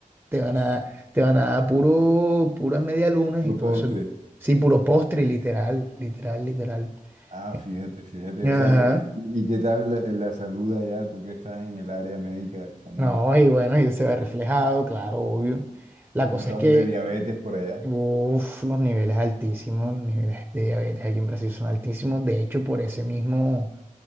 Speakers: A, on the right; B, on the right.
A: Te van a, te van a dar puro, puras medialunas
B: Los
A: y todo
B: postres.
A: eso. Sí, puro postre, literal, literal, literal.
B: Ah,
A: Eh,
B: fíjate, fíjate.
A: Ajá.
B: O sea que, ¿y qué tal la, la salud allá? Tú que estás en el área médica, ¿cómo,
A: No, y bueno, y se ve reflejado, claro, obvio. La
B: cómo
A: cosa
B: estamos
A: es que,
B: de diabetes por allá?
A: uff, los niveles altísimos, los niveles de diabetes aquí en Brasil son altísimos, de hecho, por ese mismo,